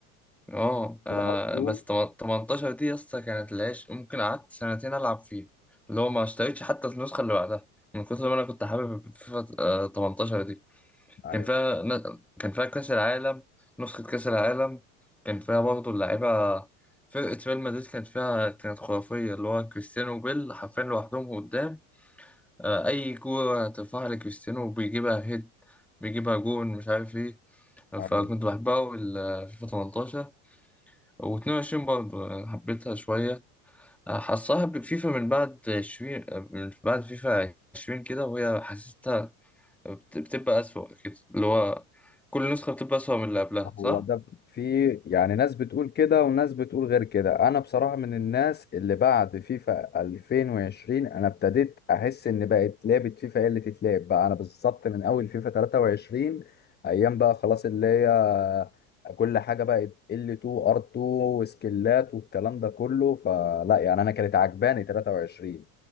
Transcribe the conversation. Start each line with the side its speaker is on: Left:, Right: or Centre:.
Centre: اه آه،
Left: الار 2
Centre: بس تم- 18 دي يا اسطى كانت العيش ممكن قعدت سنتين العب فيها اللي هو ما اشتريتش حتى النسخة اللي بعدها من كتر ما انا كنت حابب فيفا آه، 18
Left: ايوه
Centre: كان فيها ن- كان فيها كأس العالم نسخة كأس العالم كان فيها برضه اللعيبة فرقة ريال مدريد كانت فيها كانت خرافية اللي هو كريستيانو وبيل حرفيا لوحدهم قدام آه، أي كورة ترفعها لكريستيانو بيجيبها هيد بيجيبها جون مش عارف إيه
Left: ايوه
Centre: فكنت بحبها أوي ال- فيفا 18 و22 برضه يعني حبيتها شوية آه، حصلها بفيفا من بعد 20 آه، من بعد فيفا 20 كده وهي حسيت بت- بتبقى أسوأ كده اللي هو كل نسخة بتبقى أسوأ من اللي قبلها
Left: هو
Centre: صح؟
Left: ده في يعني ناس بتقول كده وناس بتقول غير كده انا بصراحة من الناس اللي بعد فيفا 2020 انا ابتديت احس ان بقت لعبة فيفا هي اللي تتلعب بقى انا بالظبط من اول فيفا 23 ايام بقى خلاص اللي هي كل حاجة بقت L2 R2 وسكيلات والكلام ده كله فلا يعني انا كانت عجباني 23